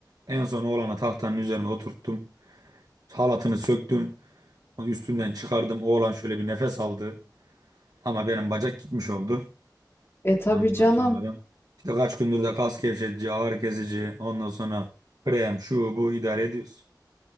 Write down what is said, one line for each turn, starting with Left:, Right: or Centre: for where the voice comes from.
Right: En son oğlana tahtanın üzerine oturttum. Halatını söktüm. O Üstünden çıkardım. Oğlan şöyle bir nefes aldı. Ama benim bacak gitmiş oldu.
Left: E tabii
Right: Ondan
Left: canım.
Right: sonra. işte kaç gündür de kas gevşetici, ağrı kesici, ondan sonra krem, şu bu idare ediyoruz.